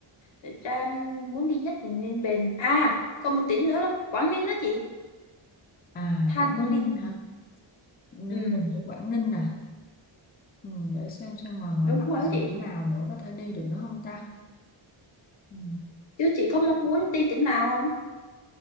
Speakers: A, on the left; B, on the left.
A: Thật ra em muốn đi nhất là Ninh Bình. À, còn một tỉnh nữa là Quảng Ninh đó chị.
B: À
A: Than
B: Quảng
A: Quảng
B: Ninh
A: Ninh.
B: hả? Ninh
A: Ừ,
B: Bình với Quảng Ninh nè. Ừ, để xem xem ngoài ngoài
A: đúng
B: Bắc
A: rồi
B: còn
A: đó chị.
B: tỉnh nào nữa có thể đi được nữa không ta? Ừ.
A: Chứ chị có mong muốn đi tỉnh nào không?